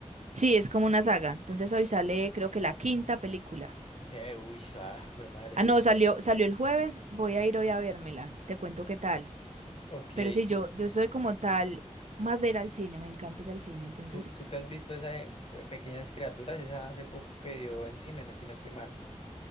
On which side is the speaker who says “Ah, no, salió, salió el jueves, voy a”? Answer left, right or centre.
Right